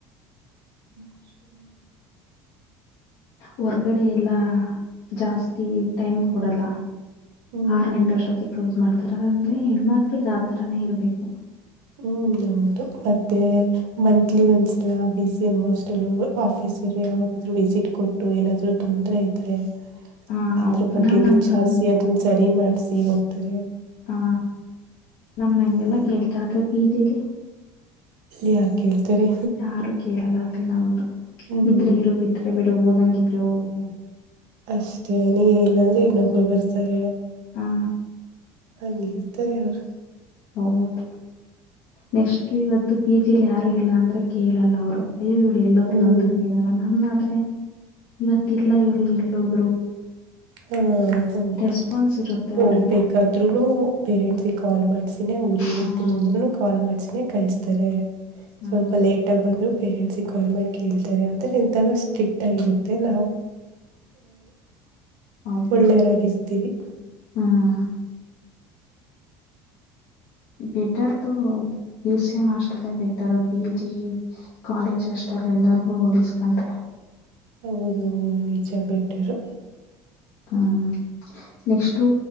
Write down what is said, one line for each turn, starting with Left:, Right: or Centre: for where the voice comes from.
Right: <inaudible>
Left: ಹೊರ್ಗಡೆ ಎಲ್ಲಾ ಜಾಸ್ತಿ ಟೈಮ್ ಕೊಡಲ್ಲ
Right: ಹ್ಮ್
Left: ಆರ್ ಗಂಟೆ ಅಷ್ಟತ್ತ ಕ್ಲೋಸ್ ಮಾಡ್ ಆ ತರ ಅಂದ್ರೆ ಹೆಣ್ಮಕ್ಳಗ್ ಆತರಾನೇ ಇರ್ಬೇಕು
Right: ಹ್ಮ್ ಹೌದು ಮತ್ತೆ ಮಂತ್ಲಿ ಒಂದ್ಸಲ B C M hostel office ಸರಿ ಯಾವಾಗಾದ್ರೂ ವಿಸಿಟ್ ಕೊಟ್ಟು ಏನಾದ್ರು ತೊಂದ್ರರೆ ಇದ್ರೆ
Left: ಹಾ
Right: ಅದ್ರ
Left: ಹೌದು
Right: ಬಗ್ಗೆ
Left: ನಮ್ದು
Right: ವಿಚಾರ್ಸಿ
Left: ಹಂಗ್ ತಂದ್
Right: ಅದನ್ನ ಸರಿ ಮಾಡ್ಸಿ ಹೋಗ್ತಾರೆ
Left: ಹಾ ನಮ ನಂಗೆಲ್ಲ
Right: ಹ್ಮ್
Left: ಕೇಳ್ತಾರದ ಪಿಜಿ ಲೀ
Right: ಯಾರ್ ಕೇಳ್ತಾರೆ
Left: ಯಾರು ಕೇಳಲ್ಲ ನಮ್ದು
Right: ಹ್ಮ್
Left: ಇದ್ರೆ ಇರು ಬಿಟ್ರೆ ಬಿೇಡ ಹೋಗಂಗಿದ್ರೆ ಹೋಗು
Right: ಅಷ್ಟೇ ನೀ ಇಲ್ಲಾಂದ್ರೆ ಇನ್ನೊಬ್ರು ಬರ್ತಾರೆ
Left: ಹಾ
Right: ಹಂಗ ಹಿರ್ತಾರೆ ಅವರು
Left: ಹೌದ ನೆಕ್ಸ್ಟ್ ಇವತ್ತು ಪಿ ಜಿಲಿ ಯಾರು ಇಲ್ಲ ಅಂದ್ರೆ ಕೇಳಲ್ಲ ಅವರು ಅಯ್ಯೋ ಇವ್ರು ಎಲ್ಲೋದ್ಲು
Right: ಹ್ಮ್
Left: ಅಂತ ಕೇಳಲ್ಲ ನಮನ ಆದ್ರೆ ಇವತ್ತಲ್ಲ ಇವ್ರು ಎಲ್ಲೋದ್ರು
Right: ಹಾ ಹೌದು
Left: ರೆಸ್ಪಾನ್ಸ್ ಇರುತ್ತೆ
Right: ಹೋಗ್ಬೇಕಾದ್ರುನು
Left: ಅವರಿಗೆ
Right: ಪೇರೆಂಟ್ಸ ಕಾಲ್ ಮಾಡ್ಸಿನೆ ಊರಿಗೆಗ್
Left: ಹ್ಮ್
Right: ಹೋಗ್ತೀನಿ ಅಂದ್ರುನು ಕಾಲ್ ಮಾಡ್ಸಿನೇ ಕಳ್ಸ್ತಾರೆ
Left: ಹ್ಮ್
Right: ಸ್ವಲ್ಪ ಲೇಟ್ ಆಗ ಬಂದ್ರು ಪೇರೆಂಟ್ಸ್ಗೆ ಕಾಲ್ ಮಾಡಿ ಕೇಳ್ತಾರೆ ಆತರ ಎ ಇದ್ದಾಗ ಸ್ಟ್ರಿಕ್ಟ್ ಆಗಿರುತ್ತೆ ನಾವು
Left: ಹೌದು
Right: ಒಳ್ಳೆಯವರಾಗಿರ್ತೀವಿ
Left: ಹ್ಮ್ better to B C M hostel ಇಾರ ಪಿ ಜಿ ಕಾಲೇಜ್ ಹಾಸ್ಟೆಲ್ ಅಲ್ಲಿ ಎಲ್ಲಾರ್ಗು ಓಡಿಸಕೊಂಡ್ರೆ
Right: ಹೌದು ಹೌದು ನಿಜ ಬಿಟ್ಟರು
Left: ಹ್ಮ್ ನೆಕ್ಸ್ಟು